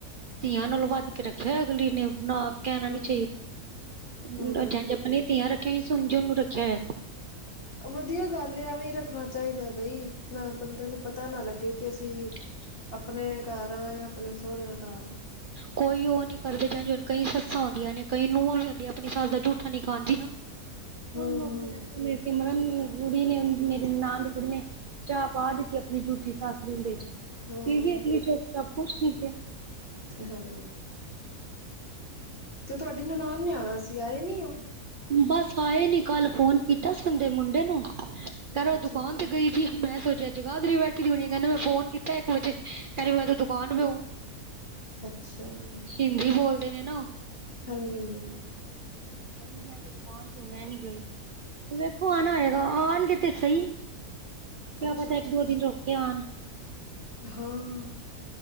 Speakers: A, on the right; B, on the left.
A: ਧੀਆਂ
B: ਅੱਛਾ
A: ਨਾਲੋਂ ਵੱਧ ਕੇ ਰਖਦੀ ਰਖਿਆ ਅਗਲੀ ਨੇ ਬਨਾ ਕਹਿਣਾ
B: ਹੂੰ
A: ਨੀ ਚਾਹੀਦਾ,
B: ਹੂੰ ਹੂੰ
A: ਜਿ ਧੀਆਂ ਰਖੀਆ ਸਮਝਣ ਨੂੰ ਰੱਖਿਆ ਹੋਇਆ ਸੀ
B: ਵਧੀਆ ਗਲ ਐਵੇਂ ਹੀ ਰੱਖਣਾ ਚਾਹੀਦਾ ਬਈ, ਮੈਂ ਬੰਦੇ ਨੂੰ ਪਤਾ ਨਾ ਲੱਗੇ ਕਿ ਅਸੀ
A: ਹਾਂ
B: ਆਪਣੇ ਘਰ ਆ ਜਾ ਆਪਣੇ ਸੁਹਰਿਆਂ ਘਰ ਆ
A: ਕੋਈ ਉਹ ਨੀ ਕਰਦੇ ਜਾਂ ਕਈ ਸੱਸਾਂ ਹੁੰਦੀਆਂ ਨੇ, ਕਈ ਨੂੰਹਾਂ ਵੀ ਹੁੰਦੀਆਂ, ਆਪਣੀ ਸੱਸ ਦਾ ਜੂਠਾ ਨਹੀਂ ਖਾਂਦੀਆ। ਦੋਨੋ
B: ਹੂੰ ਹੂੰ
A: ਨੌਕਰੀ, ਮੇਰੀ ਸਿਮਰਨ ਕੁੜੀ ਨੇ ਮੇਰੇ ਨਾਨਣ ਦੀ ਕੁੜੀ ਨੇ, ਚਾਹ ਪਾ ਦਿੱਤੀ ਆਪਣੀ ਜੂਠੀ ਸੱਸ ਦੇਦੇ ਚ
B: ਹੂੰ
A: ਠੀਕ ਅਗਲੀ ਚੁਪ ਚਾਪ ਕੁਛ ਨੀ ਕਿਹਾ
B: ਹੈਲੋ ਤੁਹਾਡੀ ਨਨਾਣ ਨੇ ਆਣਾ ਸੀ ਆਏ ਨੀ ਉਹ
A: ਬਸ ਆਏ ਨੀ ਕਲ ਫੋਨ ਕੀਤਾ ਸੀ ਉਦੇ ਮੁੰਡੇ ਨੂੰ, ਕਹਿੰਦਾ
B: ਅੱਛਾ
A: ਦੁਕਾਨ
B: ਅੱਛਾ
A: ਤੇ
B: ਅੱਛਾ
A: ਗਈ ਏ ਮੈਂ ਸੋਚਿਆ ਜਗਾਧਰੀ ਬੈਠੀ ਦੀ ਹੋਣੀ ਕਹਿੰਦਾ ਮੈਂ ਫੋਨ ਕੀਤਾ ਇਕ ਵਜੇ ਕਹਿੰਦੀ ਮੈਂ ਤੇ ਦੁਕਾਨ ਪੇ ਹੂੰ
B: ਅੱਛਾ
A: ਹਿੰਦੀ ਬੋਲਦੇ ਨੇ ਨਾ ਉ
B: ਹਾਂਜੀ -ਹਾਂਜੀ
A: ਕਹਿੰਦੀ ਮੈਂ ਤੇ ਦੁਕਾਨ ਤੇ ਮੈਂ ਨੀ ਗਈ ਵੇਖੋ ਆਉਣਾ ਹੋਇਆ ਆਉਣਗੇ ਤੇ ਸਹੀ, ਕਿਆ
B: ਅੱਛਾ
A: ਪਤਾ
B: ਅੱਛਾ
A: ਇਕ ਦੋ
B: ਅੱਛਾ
A: ਦਿਨ
B: ਅੱਛਾ
A: ਰੁਕ ਕੇ ਆਉਣ
B: ਹਾਂ